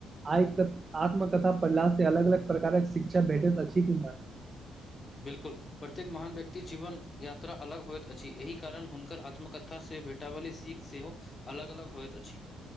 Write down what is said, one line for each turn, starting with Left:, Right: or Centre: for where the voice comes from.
Right: आय क आत्मकथा पढ़लास से अलग अलग प्रकारक शिक्षा भेटैत अछि की नहि
Left: बिल्कुल प्रत्येक महान व्यक्ति जीवन यात्रा अलग होयइत अछि एहि कारण हुनकर आत्मकथा से भेट <unintelligible> सीख सेहो अलग अलग होयइत अछि